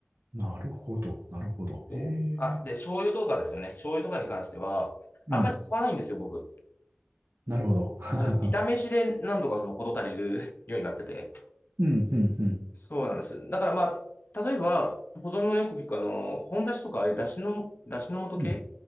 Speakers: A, on the right; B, on the left.
A: なるほど。なるほど。
B: そう。
A: へえ。
B: あ、で、醤油とかですよね。醤油とかに関しては、
A: うん。
B: あんまり使わないんですよ、僕。
A: なるほど。<laughs>
B: あの、炒めしでなんとかその事足りる <laughs> ようになってて。
A: うんうんうん。
B: そうなんです。だからまあ、例えば、保存のよく聞くあの、本出しとか、ああいう出汁の、出汁の素系
A: うん